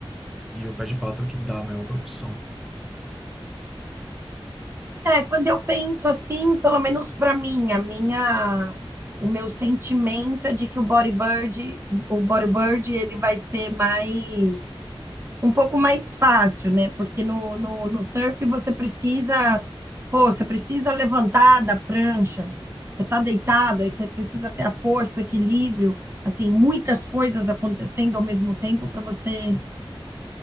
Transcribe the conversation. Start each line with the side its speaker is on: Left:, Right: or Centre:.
Centre: e o pé de pato é o que dá a maior propulsão.
Right: É, quando eu penso assim, pelo menos para mim, a minha, o meu sentimento é de que o bodyboard, o bodyboard, ele vai ser mais, um pouco mais fácil, né? Porque no, no, no surf você precisa, pô, você precisa levantar da prancha, você tá deitado, aí você precisa ter a força, o equilíbrio, assim, muitas coisas acontecendo ao mesmo tempo para você